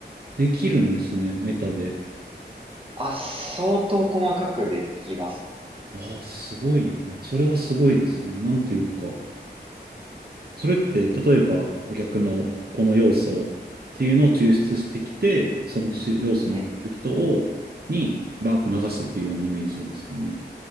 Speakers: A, on the right; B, on the right.
A: できるんですね、メタで。
B: あ、相当細かくできますね、本
A: ああ、すごいな。それはすごいですね。なんというか、それって、例えば、顧客のこの要素っていうのを抽出してきて、その要素を持ってる人を、
B: 当に。え
A: に、バーって流すっていうようなイメージですよね。